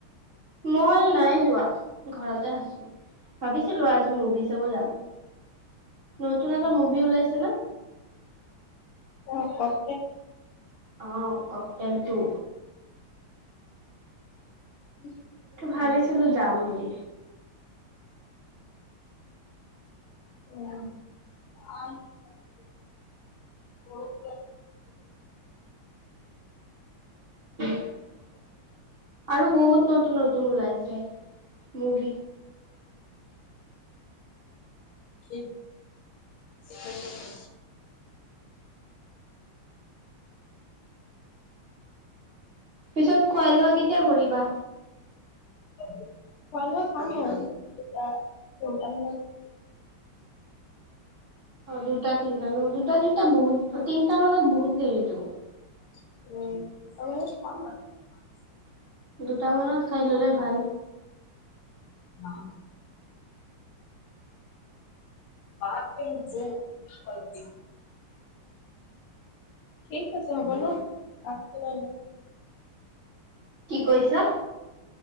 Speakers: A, on the right; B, on the left.
A: মই নাই যোৱা ঘৰতে আছো ভাবিছিলো আজি মুভি চাব যাম নতুন এটা মুভি ওলাইছে না
B: অ কক
A: অ' ককটেল তু।
B: উম
A: ত ভাবিছিলো যাম বুলিি
B: উম
A: <unintelligible> আৰু বহুত নতুন নতুন ওলাইছে মুভি
B: ই চফাইতে
A: পিছত খোৱা লোৱা কেতিয়া কৰিবা?
B: খোৱা লোৱা খাম আৰু দুটা তিনিটা মানত৷
A: অ দুটা তিনটা ন দুটা তিনিটা বহুত তিনটা মানত বহুত দেৰিতো?
B: উম <unintelligible>
A: দুট মানত খাই ল'লে ভাল।
B: অ', <unintelligible> <unintelligible> কি? হ'ব ন' <unintelligible>
A: কি? কৈছা?